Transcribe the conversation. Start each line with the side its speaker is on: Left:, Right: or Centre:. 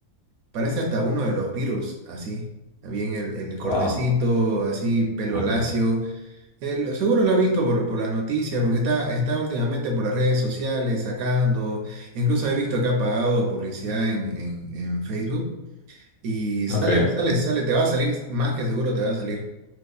Right: parece hasta uno de los Beatles, así, bien el, el cortecito,
Left: Wow.
Right: así, pelo
Left: Ok.
Right: lacio. El- seguro lo has visto por, por las noticias, porque está, está últimamente por las redes sociales sacando, incluso he visto que ha pagado publicidad en, en en Facebook. Y sale,
Left: Ok.
Right: sale, sale, te va a salir, más que seguro te va a salir.